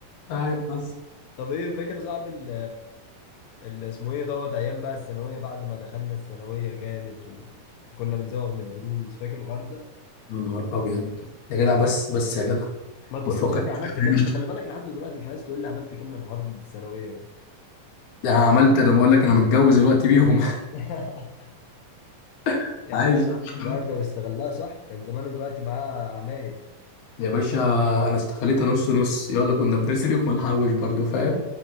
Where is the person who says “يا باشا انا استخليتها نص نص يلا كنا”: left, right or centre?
Left